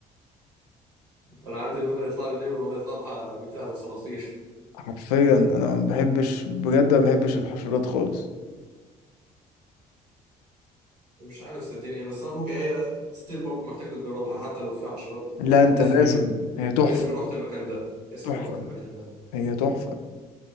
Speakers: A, on the right; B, on the left.
A: انا عندي ان انا يطلع لي النمر ولا يطلع لها بتاع ده صراصير <laughs>
B: حرفيا انا ما بحبش بجد ما بحبش الحشرات خالص
A: مش عارف صدقني بس انا ممكن هي ستيل برضه محتاجه اجربها حتى لو فيها حشرات
B: لا انت
A: اسمي
B: لازم هي تحفه
A: اسمي رحت المكان ده اسمي
B: تحفه
A: رحت المكان ده
B: هي تحفه